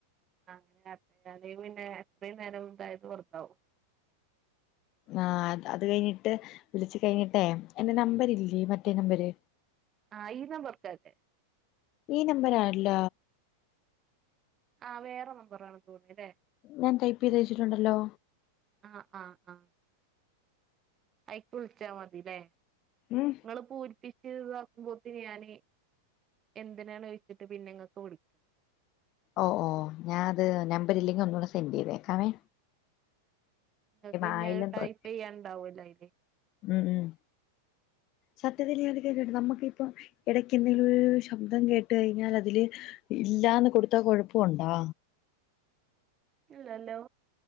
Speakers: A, on the right; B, on the left.
A: ആഹ് അങ്ങനെ പിന്നെ എത്രയും നേരം ഇതായത് കൊറത്താവും <unintelligible>
B: ആഹ് അത് അത് കഴിഞ്ഞിട്ട് വിളിച്ചു കഴിഞ്ഞിട്ടേ എന്റെ നമ്പരില്ലേ മറ്റേ നമ്പര്
A: ആഹ് ഈ നമ്പർക്കല്ലേ
B: ഈ നമ്പരല്ല
A: ആഹ് വേറെ നമ്പറാണെന്ന് തോന്നി ല്ലേ
B: ഞാൻ ടൈപ്പെയ്ത് വെച്ചിട്ടുണ്ടല്ലോ
A: ആഹ് ആഹ് ആഹ് അയിക്ക് വിള്ച്ചാ മതി ല്ലേ
B: ഉം
A: ങ്ങള് പൂരിപ്പിച്ച് ഇതാക്കുമ്പോത്തേന് ഞാന് എന്തിനാണ് വെച്ചിട്ട് പിന്നെങ്ങക്ക് വിള്
B: ഓഹ് ഓഹ് ഞാത് നമ്പരില്ലെങ്കി ഒന്നൂടെ സെൻഡെയ്‌തേക്കാവേ
A: ഇങ്ങക്കിന്നിയത്
B: ആയില്ലെന്ന്
A: ടൈപ്പെയ്യാൻണ്ടാവൂല്ലോ
B: തോന്നു
A: അയില്
B: ഉം ഉം സത്യത്തില് ഞാന്ന് കേക്കട്ടെ നമ്മക്കിപ്പൊ എടയ്ക്കെന്തല്ലോ ശബ്ദം കേട്ട് കയിഞ്ഞാൽ അതില് ഇല്ലാന്ന് കൊടുത്ത കൊഴപ്പൊണ്ടാ
A: ഇല്ലല്ലോ